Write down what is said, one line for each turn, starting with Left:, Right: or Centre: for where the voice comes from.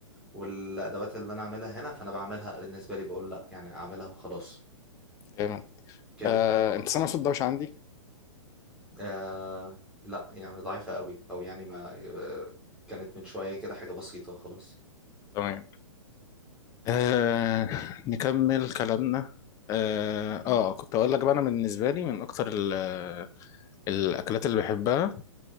Centre: والادوات اللي انا اعملها هنا فانا بعملها بالنسبه لي بقول لا يعني اعملها وخلاص
Left: تمام
Centre: كده
Left: آه، انت سامع صوت دوشه عندي
Centre: آه لا يعني ضعيفه قوي او يعني ما آه، كانت من شويه كده حاجه بسيطه وخلاص
Left: تمام آه، نكمل كلامنا اه
Centre: مم.
Left: آه، كنت اقول لك بقى انا بالنسبه لي من اكتر ال- الاكلات اللي بحبها